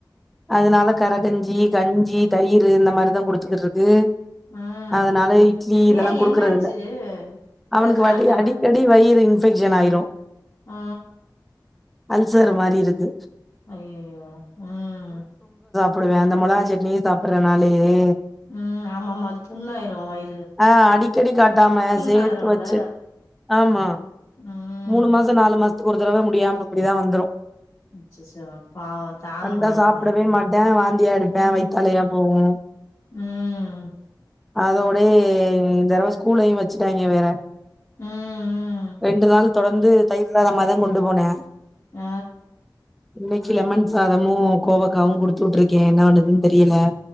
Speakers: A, in the centre; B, on the left.
A: அதனால கரகஞ்சி கஞ்சி தயிரு இந்த மாரிதா குடுத்துக்கிட்ருக்கு
B: ம்
A: அதனால இட்லி இதெல்லா
B: ஏன்
A: குடுக்கறதில்ல
B: என்னாச்சு எதா
A: அவனுக்கு
B: சாப்ட்டானா?
A: வடி அடிக்கடி வயிறு இன்பெக்ஷன் ஆயிரு.
B: ஆ
A: அல்சர் மாரி இருக்கு.
B: ஐயயோ ம்
A: டுவே அந்த மொளகா சட்னியே சாப்படறனாலயே
B: ம் ஆமா ஆமா அது புண்ணாயிரு வயி
A: ஆ அடிக்கடி காட்டாம சேத்து
B: நேரம்ல
A: வச்சு ஆமா
B: ம்
A: மூணு மாசோ நாலு மாச த்துக்கு ஒரு தடவ முடியாம இப்பிடிதா வந்துரு.
B: அச்சச்சோ பாவோ தாங்குவானா
A: வந்தா சாப்பிடவே
B: அவ?
A: மாட்டே வாந்தியா எடுப்பே
B: ம்
A: வயித்தாலையா போகு
B: ம்
A: அதோட இந்த தடவ ஸ்கூலயு வச்சுட்டாங்க வேற
B: ம் ம்
A: ரெண்டு நாள் தொடர்ந்து தயிர் இல்லாத மாரிதா கொண்டு போனா.
B: ஆ
A: இன்னக்கி லெமன் சாதமு கோவக்காவு குடுத்து உட்ருக்கே என்ன பண்ணுதுன்னு தெரியல.